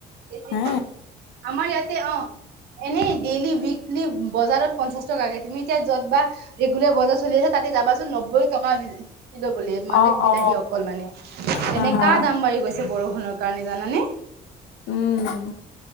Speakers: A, on the right; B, on the left.
A: এতি
B: হে
A: কি আমাৰ ইয়াত অ', এনেই ডেইলি উইকলি বজাৰত পঞ্চাশ টকাকে তুমি এতিয়া য'ত বা এইগুলিয় বজাৰ চলি আছে তাতে যাবাচোন নব্বৈ টকা কেজি। ল' ব মানে
B: অ
A: বিলাহী
B: অ
A: অকল মানে
B: হা
A: এনেকা
B: হা।
A: দাম বাঢ়ি গৈছে। বৰষুণ ন কাৰণে জানানে
B: উ'ম।